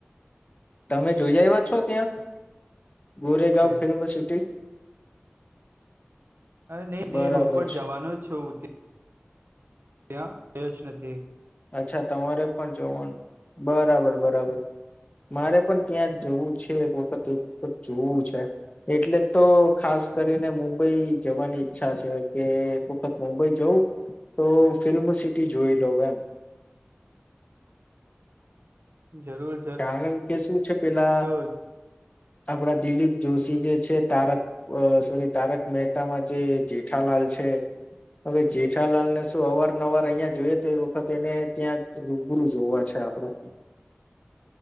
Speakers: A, on the left (about 35°); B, on the right (about 65°).
A: તમે જોઈ આવ્યા છો ત્યાં? ગોરેગાંવ
B: છે
A: ફીઈમ સિટી.
B: અ ને
A: બરાબર
B: ને હું પણ
A: છે
B: જવાનો છું ત્યાં ત્યાં થયો જ નથી.
A: અચ્છા તમારે પણ જોવાનું બરાબર બરાબર. મારે પણ ત્યાં જવું છે. એક વખત એક વખત જોવું છે એટલે તો ખાસ ખાસ કરીને મુંબઈ જવાની ઈચ્છા છે. કે એક વખત મુંબઈ જવું તો ફિલ્મ ફિલ્મ સિટી જોઈ લો એમ.
B: જરૂર
A: કારણ કે શું છે પેલા
B: જરૂર
A: આપડા દિલીપ જોશી જે છે તારક સોરી તારક મહેતામાં જે જેઠાલાલ છે હવે જેઠાલાલ ને શું અવારનવાર અહિયાં જોઈએ તો એ વખત એને ત્યાં રૂબરૂ જોવા છે. આપડે